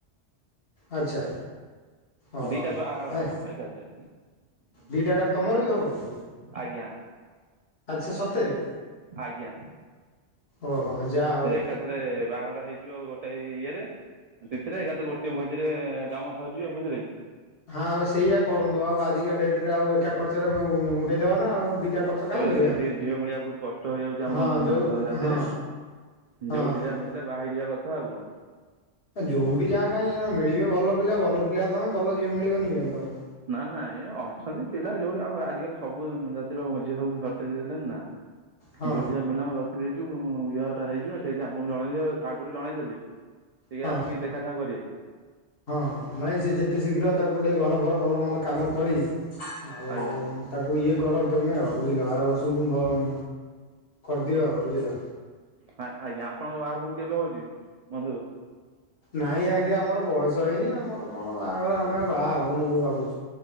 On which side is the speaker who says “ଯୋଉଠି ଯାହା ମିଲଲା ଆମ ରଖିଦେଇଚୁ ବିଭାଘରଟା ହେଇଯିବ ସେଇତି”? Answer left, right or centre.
Right